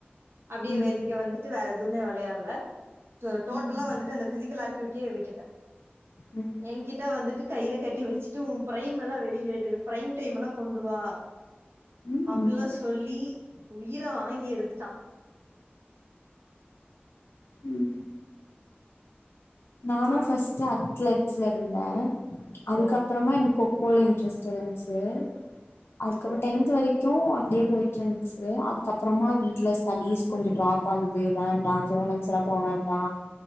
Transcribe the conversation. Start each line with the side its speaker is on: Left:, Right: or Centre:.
Right: அப்டியே
Left: ம்,
Right: இங்க வந்துட்டு வேற எதுவுமே விளையால டோட்டலா
Left: ம்,
Right: வந்துட்டு அந்த பிசிக்கல் ஆக்டிவிட்டியே விட்டுட்ட
Left: ம்,
Right: என்கிட்ட வந்துட்டு கயிற கட்டி வச்சுட்டு உன் பிரைம் எல்லா வெளியில எடு பிரைம் டைம் எல்லா கொண்டுவா
Left: ம்.
Right: அப்டில்லா சொல்லி உயிர வாங்கி எடுத்துட்டான்
Left: ம் நானும்
Right: அப்பறோ
Left: ஃபஸ்ட் அத்லெட்ஸ்ல இருந்தே அதுக்கப்புறமா
Right: ஓ
Left: எனக்கு கொக்கோல இன்ரெஸ்ட் டு இருச்சே அதுக்கப்புறம்
Right: ஓஹோ
Left: டென்த் வரைக்கோ அப்டியே போயிட்டு இருந்துச்சி அதுக்கப்புறமா வீட்டுல ஸ்டடிஸ் கொஞ்சோ ட்ராப் ஆகுது வேண்டா ஜோனல்ஸ் ல போ வேண்டா